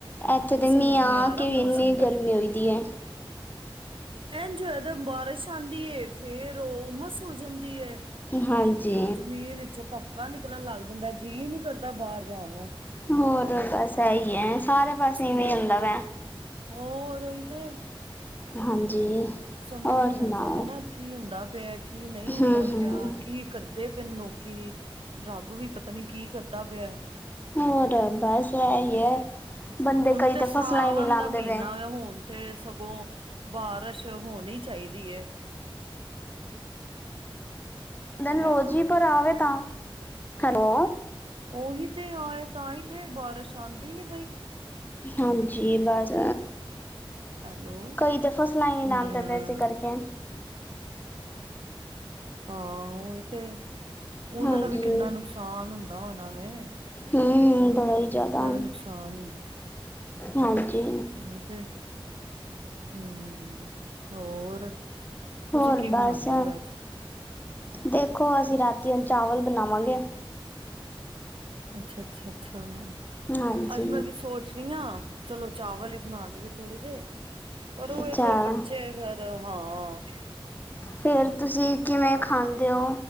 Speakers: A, on the left (about 20°); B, on the right (about 70°).
A: ਐੱਥੇ
B: ਕੁੱਝ
A: ਤੇ
B: ਸਮਝ
A: ਮੀਂਅ
B: ਨੀ
A: ਆ
B: ਰਿਹਾ
A: ਕੇ
B: ਮੌਸਮ
A: ਵੀ ਐੰਨੀ
B: ਦਾ
A: ਗਰਮੀ
B: ਤੇ
A: ਹੋਈ ਦੀ ਏ।
B: ਐਂਜ ਹੋਇਆ ਦੈ, ਬਾਰਿਸ਼ ਆਂਦੀ ਏ, ਫੇਰ ਉਹ ਉਮਸ ਹੋ ਜਾਂਦੀ ਏ।
A: ਹਾਂਜੀ
B: ਜ਼ਮੀਨ ਵਿੱਚੋ ਭਬੱਕਾ ਨਿਕਲਨ ਲੱਗ ਜਾਂਦਾ, ਜੀਅ ਨੀ ਕਰਦਾ ਬਾਰ ਜਾਨ ਨੂੰ।
A: ਹੋਰ ਬਸ ਐਈ ਐ, ਸਾਰੇ ਪਾਸੇ ਇਵੇਂ
B: ਹੋਰ
A: ਹੁੰਦਾ ਪਿਐ।
B: ਹੋਰ ਓਈ 'ਤੇ।
A: ਹਾਂਜੀ।
B: ਸਮਝ
A: ਹੋਰ
B: ਈ ਨਈ
A: ਸੁਣਾਓ
B: ਆਂਦਾ ਪੇਆ ਕੀ ਹੁੰਦਾ ਪੇਐ, ਕੀ ਨਈ ਹੁੰਦਾ
A: ਹੂੰ ਹੂੰ
B: ਪੇਆ, ਕੀ? ਕਰਦੇ ਪਏ ਨੇ ਲੋਕੀ, ਰੱਬ ਵੀ ਪਤਾ ਨੀ ਕੀ ਕਰਦਾ ਪੇਐ?
A: ਹੋਰ ਬਸ ਐਈ ਐ, ਬੰਦੇ
B: ਹੁਣ
A: ਕਈ
B: ਤੇ
A: ਤਾ
B: ਸਾਵਣ
A: ਫਸਲਾਂ ਈ ਨਈ ਲਾਂਦੇ
B: ਦਾ ਮਹੀਨਾ
A: ਪਏ।
B: ਵ ਹੁਣ 'ਤੇ ਸਗੋਂ ਬਾਰਿਸ਼ ਹੋਨੀ ਚਾਈਦੀ ਏ।
A: ਦਿਨ
B: ਹੈਲੋ
A: ਰੋਜ਼ ਹੀ ਪਰ ਆਵੇ ਤਾਂ। ਹੈਲੋ
B: ਉਹੀ ਤੇ ਆਏ ਤਾਂ ਹੀ ਤੇ ਬਾਰਿਸ਼ ਆਂਦੀ ਨੀ ਪਈ।
A: ਹਾਂਜੀ ਬਸ।
B: ਹੈਲੋ
A: ਕਈ ਤੇ ਫਸਲਾਂ ਈ ਨਹੀ ਲਾਂਦੇ
B: ਹਮ
A: ਪਏ ਐਸੇ ਕਰਕੇ।
B: ਹਾਂ ਉਹੀ ਤੇ ਉਹਨਾਂ
A: ਹਾਂਜੀ
B: ਦਾ ਵੀ ਕਿੰਨਾ ਨੁਕਸਾਨ ਹੁੰਦਾ ਹੋਣਾ ਵੇ।
A: ਹਮ ਬੜਾ ਈ ਜਾਦਾ।
B: ਨੁਕਸਾਨ
A: ਹਾਂਜੀ
B: ਹਾਂ ਤੇ। ਹਮ ਹੋਰ? ਤੁਸੀਂ
A: ਹੋਰ
B: ਕੀ ਬਣਾਉਂਦੇ
A: ਬਸ।
B: ਪਏ ਅੱਜ
A: ਦੇਖੋ, ਅਸੀਂ ਰਾਤੀ ਹੁਣ ਚਾਵਲ ਬਣਾਵਾਂਗੇ।
B: ਅੱਛਾ, ਅੱਛਾ, ਅੱਛਾ।
A: ਹਾਂਜੀ
B: ਅੱਜ ਮੈਂ ਵੀ ਸੋਚ ਰੀ ਆ। ਚਲੋ, ਚਾਵਲ ਹੀ ਬਣਾ ਲਈਏ ਥੋੜੇ ਜੇ ਪਰ ਉਹ
A: ਅੱਛਾ
B: ਇਹ ਫੇਰ ਬੱਚੇ ਫੇਰ ਹਾਂ।
A: ਫੇਰ ਤੁਸੀਂ ਕਿਵੇਂ ਖਾਂਦੇ ਓ?